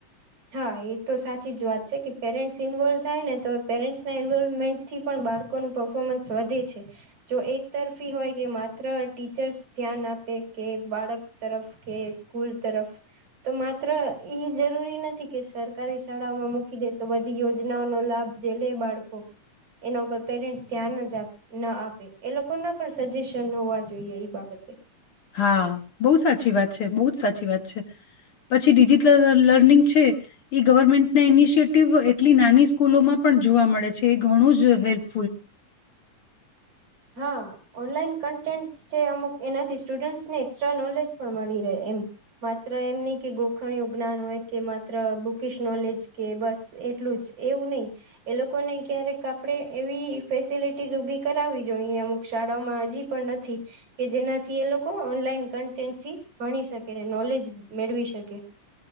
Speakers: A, on the right (about 50°); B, on the left (about 55°).
A: હા એ તો સાચી જ વાત છે. કે પેરેન્ટ્સ ઈન્વોલ્વ થાય ને તો પેરેન્ટ્સના ઇન્વોલ્મેન્ટથી પણ બાળકોનું પર્ફોર્મન્સ વધે છે. જો એક તરફી હોય કે માત્ર ટીચર્સ ધ્યાન આપે કે બાળક તરફ કે સ્કૂલ તરફ તો માત્ર એઈ જરૂરી નથી. કે સરકારી શાળાઓમાં મૂકી દે તો બધી યોજનાઓનો લાભ જે લે બાળકો એના ઉપર પેરેન્ટ્સ ધ્યાન જ ના આપે એ લોકો ના પણ સજેશન હોવા. જોઈએ એ બાબતે
B: હા બહુ સાચી વાત છે. બહુ જ સાચી વાત છે પછી ડિજિટલ લર્નિંગ છે. એ ગવર્મેન્ટના ઇનિશિએટિવ એટલી નાની સ્કૂલોમાં પણ જોવા મળે છે. એ ઘણું જ હેલ્પ
A: હા ઓનલાઈન કન્ટેન્ટ છે અમુક એનાથી સ્ટુડન્ટસને એસ્ટ્રા નોલેજ પણ મળી રહે એમ માત્ર એમ નહી કે ગોખણીય જ્ઞાન હોય કે માત્ર બુકિશ નોલેજ કે બસ એટલું જ એવું નહીિ એ લોકોને ક્યારેક આપણે. એવી ફેસિલિટીઝ ઉભી કરાવવી જોઈએ અમુક શાળાઓમાં હજી પણ નથી કે જેનાથી એ લોકો ઓનલાઈન કન્ટેન્ટથી ભણી શકે ને નોલેજ મેળવી શકે.